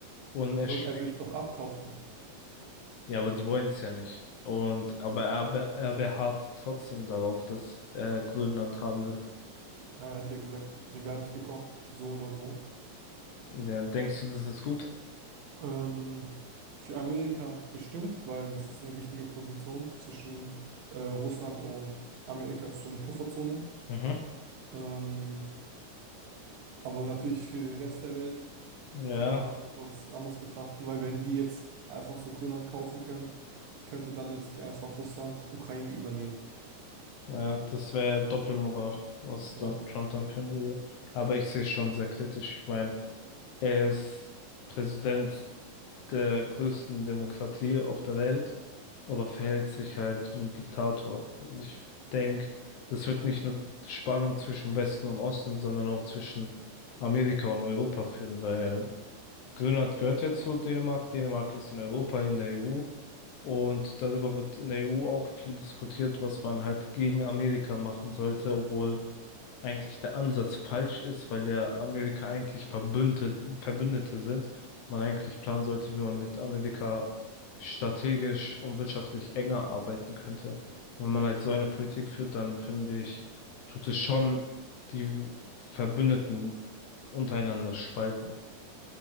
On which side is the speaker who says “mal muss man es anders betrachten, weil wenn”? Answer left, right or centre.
Right